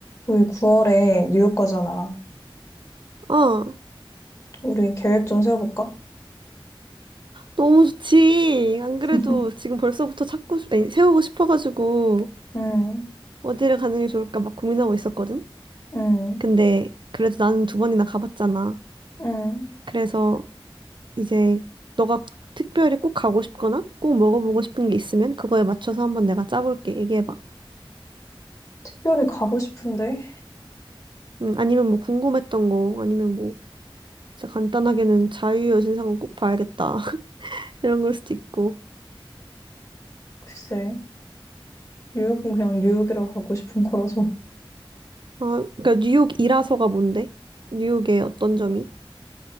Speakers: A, on the left; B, on the right.
A: 우리 9월에 뉴욕 가잖아.
B: 아,
A: 우리 계획 좀 세워볼까?
B: 너무 좋지. 안
A: <laughs>
B: 그래도 지금 벌써부터 찾고, 싶- 아니, 세우고 싶어가지고
A: 응,
B: 어디를 가는 게 좋을까 막 고민하고 있었거든.
A: 응,
B: 근데 그래도 나는 두 번이나 가봤잖아.
A: 응.
B: 그래서 이제 너가 특별히 꼭 가고 싶거나 꼭 먹어보고 싶은 게 있으면 그거에 맞춰서 한번 내가 짜볼게. 얘기해봐.
A: 특별히 가고 싶은데?
B: 음, 아니면 뭐 궁금했던 거, 아니면 뭐 진짜 간단하게는 자유여신상은 꼭 봐야겠다. <laughs> 이런 걸 수도 있고.
A: 글쎄, 뉴욕은 그냥 뉴욕이라고 가고 싶은 거라서.
B: 아, 그러니까 뉴욕이라서가 뭔데? 뉴욕의 어떤 점이?